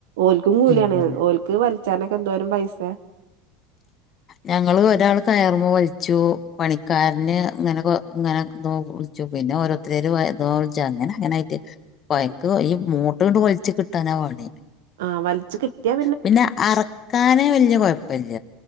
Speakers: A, on the right; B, on the left.
A: ഓൽക്കും കൂലിയാണ്.
B: ഉം
A: ഓൽക്ക് വലിച്ചാനൊക്കെ എന്തോരം പൈസെ.
B: ഞങ്ങള് ഒരാള് കയറ്മ വൽച്ചു. പണിക്കാരന് ഇങ്ങനെ കൊ ഇങ്ങനെ <unintelligible> പിന്നെ ഓരോരുത്തര് <unintelligible> അങ്ങനെ അങ്ങനായിറ്റ് പൈക്ക് ഈ മൂട്ട്ണ്ട് വൽച്ച് കിട്ടാനാ പണി.
A: ആ വലിച്ചു കിട്ടിയാ
B: പിന്നെ അറക്കാനേ വല്ല്യ കൊഴപ്പെല്ല.